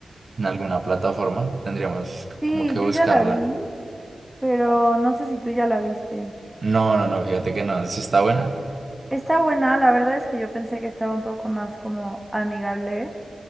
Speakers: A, on the right (about 40°); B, in the centre.
A: en alguna plataforma, tendríamos c-
B: Sí,
A: como que
B: yo
A: buscarla.
B: ya la vi, pero no sé si tú ya la viste.
A: No, no, no, fíjate que no, si está buena.
B: Está buena, la verdad es que yo pensé que estaba un poco más como amigable,